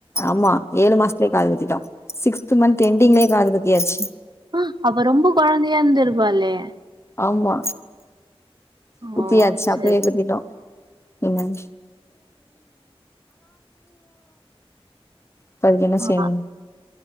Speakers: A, on the left; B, on the right.
A: ஆமா ஏழு மாசத்துலே காது குத்திட்டோ சிக்ஸ்த் மந்த் எண்டிங்லே காது குத்தியாச்சி
B: ஆ அப்ப ரொம்ப கொழந்தையா இருந்திருபாலே
A: ஆமா குத்தியாச்சி
B: ஓ செரி
A: அப்பவே குத்திட்டோ என்ன இப்ப அதுக்கு என்ன
B: ஆ
A: செய்யணு